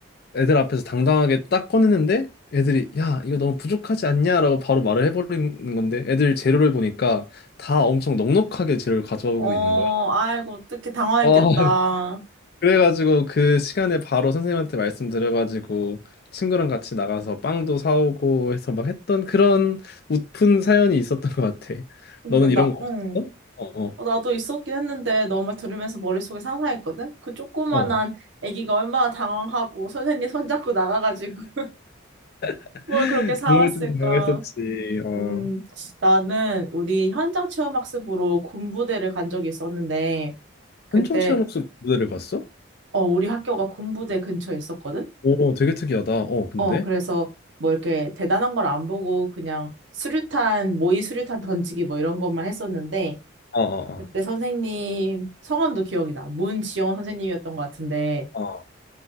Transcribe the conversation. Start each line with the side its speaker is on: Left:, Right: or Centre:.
Left: 애들 앞에서 당당하게 딱 꺼냈는데 애들이, 야, 이거 너무 부족하지 않냐? 라고 바로 말을 해버리는 건데 애들 재료를 보니까 다 엄청 넉넉하게 재료를 가져오고
Right: 어,
Left: 있는 거야.
Right: 아이고, 어떻게 당황했겠다.
Left: 어, <laughs> 그래가지고 그 시간에 바로 선생님한테 말씀드려가지고 친구랑 같이 나가서 빵도 사오고 해서 막 했던 그런 웃픈 사연이 있었던 것 같아.
Right: 근데
Left: 너는
Right: 나,
Left: 이런 거 없었어?
Right: 응.
Left: 어,
Right: 어, 나도 있었긴 했는데 너 말 들으면서 머릿속에 상상했거든? 그 조그만한
Left: 어. 어.
Right: 아기가 얼마나 당황하고 선생님 손잡고 나가가지고 <laughs>
Left: <laughs>
Right: 뭘 그렇게 사왔을까?
Left: 정말 좀 당황했었지. 어.
Right: 음, 나는 우리 현장 체험학습으로 군부대를 간 적이 있었는데 그때
Left: 현정 씨가 목소리 무대를 갔어?
Right: 어, 우리 학교가 군부대 근처에 있었거든?
Left: 오, 되게 특이하다. 어, 근데?
Right: 어, 그래서 뭐 이렇게 대단한 걸 안 보고 그냥 수류탄, 모의 수류탄 던지기 뭐 이런 것만 했었는데
Left: 어, 어,
Right: 그때 선생님 성함도 기억이 나. 문지영 선생님이었던 것 같은데
Left: 어. 어.